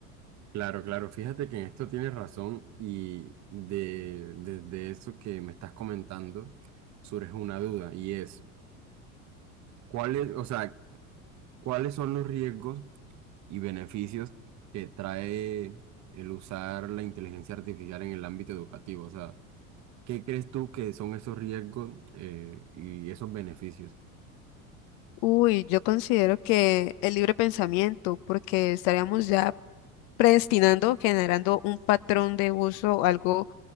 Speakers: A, on the right; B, on the left.
A: Claro, claro, fíjate que en esto tienes razón y de, desde eso que me estás comentando surge una duda y es, ¿cuáles, o sea, cuáles son los riesgos y beneficios que trae el usar la inteligencia artificial en el ámbito educativo. O sea, ¿qué crees tú que son esos riesgos eh, y esos beneficios?
B: Uy, yo considero que el libre pensamiento, porque estaríamos ya predestinando, generando un patrón de uso, algo